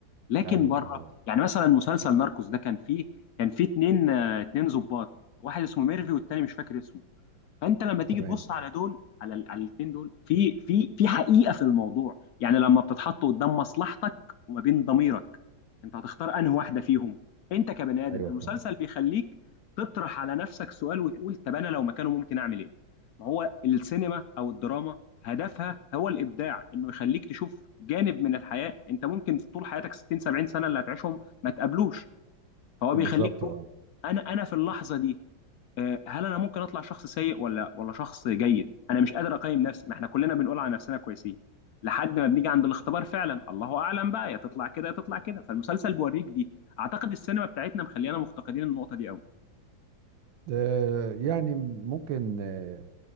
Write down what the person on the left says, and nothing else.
لكن
بره
يعني مثلا مسلسل ناركوس ده كان فيه كان فيه اتنين آه، اتنين ظباط واحد اسمه ميرفي والتاني مش فاكر اسمه فانت لما تيجي
تبص على دول على ال- على الاثنين دول في في في حقيقه في الموضوع يعني لما بتتحط قدام مصلحتك وما بين ضميرك انت هتختار انهي واحده فيهم انت كبني ادم
المسلسل
بيخليك تطرح على نفسك سؤال وتقول طب انا لو مكانه ممكن اعمل ايه ما هو السينما او الدراما هدفها هو الابداع انه يخليك تشوف جانب من الحياه انت ممكن طول حياتك 60 70 سنه اللي هتعيشهم ما تقابلوش فهو
بيخليك تقول
انا انا في اللحظه دي آه، هل انا ممكن اطلع شخص سيء ولا ولا شخص جيد انا مش قادر اقيم نفسي ما احنا كلنا بنقول على نفسنا كويسين لحد ما بنيجي عند الاختبار فعلا الله اعلم بقى يا تطلع كده يا تطلع كده فالمسلسل بيوريك دي اعتقد السينما بتاعتنا مخلينا مفتقدين النقطه دي قوي